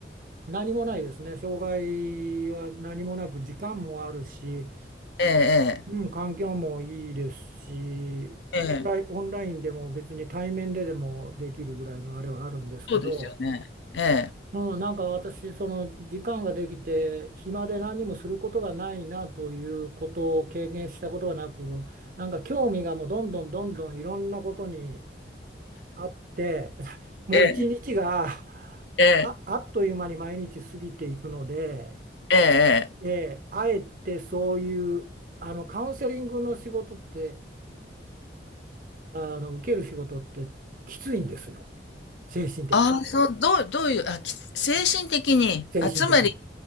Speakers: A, on the right; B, on the left.
A: 何もないですね。障害は何もなく時間もあるし、
B: ええ
A: うん、環境もいいですし、
B: ええ。
A: オンライン、
B: ええ。
A: オンラインでも別に対面ででもできるぐらいのあれはあるんですけど、
B: そうですよね。ええ。
A: うん、なんか私、その時間ができて、暇で何もすることがないなということを経験したことがなく、なんか興味がもうどんどんどんどんいろんなことにあって、<laughs> もう一日が
B: ええ、ええ、
A: あ、あっという間に毎日過ぎていくので、
B: ええええ。
A: えーあえてそういう、あのカウンセリングの仕事って、あの、受ける仕事ってきついんですよ。精神的、
B: ああ、そう、どうどういう、あ、き精神的に、
A: 精神的に。
B: あ、つまり、